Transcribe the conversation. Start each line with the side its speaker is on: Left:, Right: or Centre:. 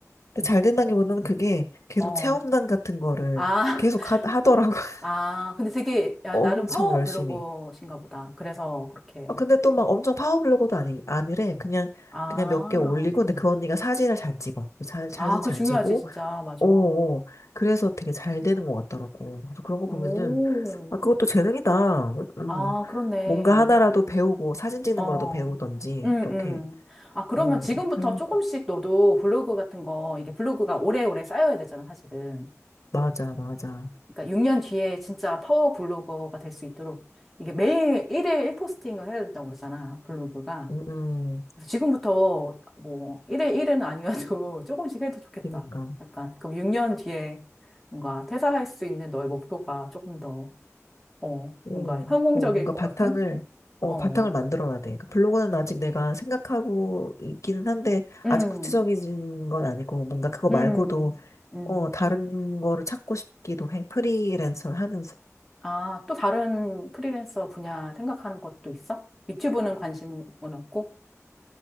Left: 근데 잘 된다기보다는 그게 계속
Centre: 어,
Left: 체험단 같은 거를
Centre: 아,
Left: 계속
Centre: <laughs>
Left: 하, 하더라고. <laughs>
Centre: 아, 근데 되게, 야,
Left: 엄청
Centre: 나름 파워
Left: 열심히.
Centre: 블로거신가 보다. 그래서 그렇게.
Left: 아, 근데 또 막 엄청 파워블로거도 아니, 아니래. 그냥,
Centre: 아,
Left: 그냥 몇 개 올리고, 근데 그 언니가 사진을 잘 찍어. 잘, 사진
Centre: 아, 그거
Left: 잘
Centre: 중요하지,
Left: 찍고,
Centre: 진짜. 맞아.
Left: 오, 오. 그래서 되게 잘 되는 것 같더라고. 그래서 그런 거
Centre: 오,
Left: 보면은, 아, 그것도 재능이다. 음.
Centre: 아, 그렇네.
Left: 뭔가 하나라도 배우고, 사진 찍는
Centre: 어,
Left: 거라도 배우던지,
Centre: 음,
Left: 이렇게,
Centre: 음. 아, 그러면
Left: 어,
Centre: 지금부터
Left: 할,
Centre: 조금씩 너도 블로그 같은 거, 이게 블로그가 오래오래 쌓여야 되잖아, 사실은.
Left: 맞아, 맞아.
Centre: 그러니까 6년 뒤에 진짜 파워 블로거가 될 수 있도록 이게 매일 1일 1포스팅을 해야 된다고 그러잖아, 블로그가.
Left: 음, 음.
Centre: 그래서 지금부터 뭐, 1일 1은 아니어도 <laughs> 조금씩 해도 좋겠다.
Left: 그니까.
Centre: 약간. 그럼 6년 뒤에 뭔가 퇴사할 수 있는 너의 목표가 조금 더, 어,
Left: 음,
Centre: 뭔가 성공적일
Left: 어, 뭔가
Centre: 것
Left: 바탕을,
Centre: 같은?
Left: 어,
Centre: 어,
Left: 바탕을 만들어야 돼. 그 블로그는 아직 내가 생각하고 있기는 한데,
Centre: 음,
Left: 아직 구체적인 건 아니고, 뭔가 그거 말고도,
Centre: 음, 음.
Left: 어, 다른 거를 찾고 싶기도 해. 프리랜서를 하면서.
Centre: 아, 또 다른 프리랜서 분야 생각하는 것도 있어? 유튜브는 관심은 없고?